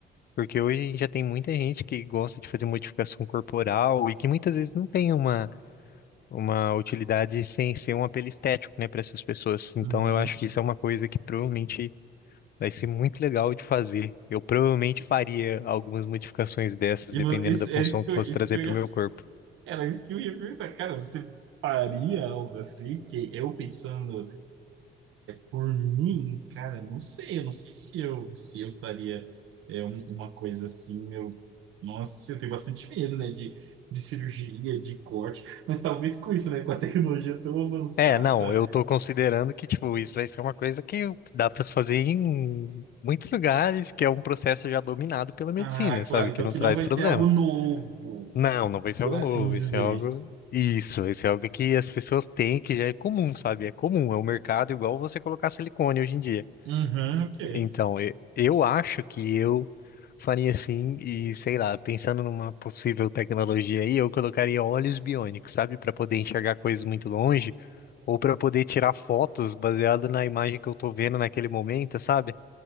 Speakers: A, on the left (about 50°); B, on the right (about 85°).
A: porque hoje a gente já tem muita gente que gosta de fazer modificação corporal e que muitas vezes não tem uma Uma utilidade sem ser um apelo estético, né, para essas pessoas. Então,
B: Uhum.
A: eu acho que isso é uma coisa que provavelmente Vai ser muito legal de fazer. Eu provavelmente faria algumas modificações dessas,
B: E
A: dependendo
B: vo- isso,
A: da função
B: é isso
A: que
B: que eu,
A: fosse
B: isso
A: trazer
B: que eu
A: para
B: ia,
A: o meu corpo.
B: era isso que eu ia perguntar. Cara, você faria algo assim? Porque eu pensando por mim, cara, não sei, eu não sei se eu, se eu faria é, um- uma coisa assim. Eu, nossa, eu tenho bastante medo, né? De, de cirurgia, de corte. Mas talvez com isso, né? Com a <laughs> tecnologia tão avançada.
A: É, não, eu tô considerando que, tipo, isso vai ser uma coisa que dá para se fazer em muitos lugares, que é um processo já dominado pela medicina,
B: Ah,
A: sabe?
B: claro, então
A: Que não
B: que
A: traz
B: não vai
A: problema.
B: ser algo novo,
A: Não, não vai ser
B: por
A: algo
B: assim
A: novo,
B: dizer.
A: vai ser algo. Isso, vai ser algo que as pessoas têm, que já é comum, sabe? É comum, é o mercado igual você colocar silicone hoje em dia.
B: Uhum, ok.
A: Então, e- eu acho que eu faria assim e sei lá, pensando numa possível tecnologia aí, eu colocaria olhos biônicos, sabe, para poder enxergar coisas muito longe ou para poder tirar fotos baseado na imagem que eu tô vendo naquele momento, sabe?